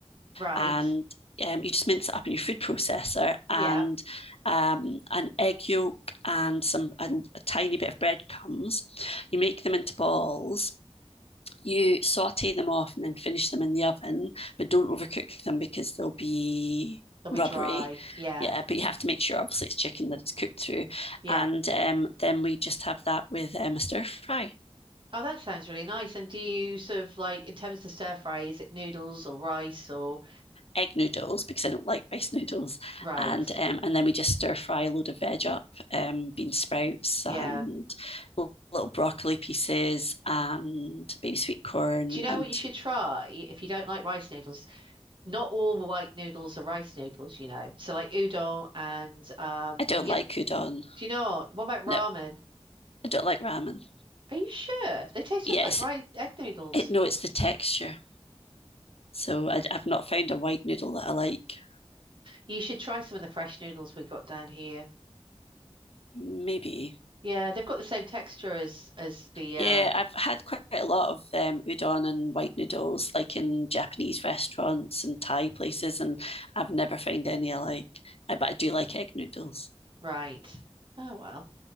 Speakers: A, on the right; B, on the left.
A: Right.
B: and um, you just mince it up in your food processor and
A: Yeah.
B: um, an egg yolk and some a, a tiny bit of breadcrumbs. You make them into balls you saute them off and then finish them in the oven, but don't overcook them because they'll be
A: They'll
B: rubbery.
A: be dry. Yeah.
B: Yeah, but you have to make sure, obviously, it's chicken that it's cooked through.
A: Yeah.
B: And um, then we just have that with um, a stir fry,
A: Oh, that sounds really nice. And do you sort of like, in terms of stir fry, is it noodles or rice or
B: egg noodles, because I don't like rice noodles.
A: right?
B: And um, and then we just stir fry a load of veg up, um, bean sprouts
A: Yeah.
B: and little broccoli pieces and baby sweet corn.
A: Do you know
B: And
A: what you should try if you don't like rice noodles? Not all the white noodles are rice noodles, you know. So like udon and um,
B: I don't
A: you get.
B: like udon.
A: Do you know What about ramen?
B: No, I don't like ramen.
A: Are you sure? They taste
B: Yeah,
A: just like
B: it's,
A: rice egg noodles.
B: It, no, it's the texture. So I, I've not found a white noodle that I like.
A: You should try some of the fresh noodles we got down here.
B: Maybe.
A: Yeah, they've got the same texture as as the
B: Yeah,
A: um,
B: I've had quite a lot of um, udon and white noodles, like in Japanese restaurants and Thai places, and I've never found any I like. I, but I do like egg noodles.
A: right. Oh well.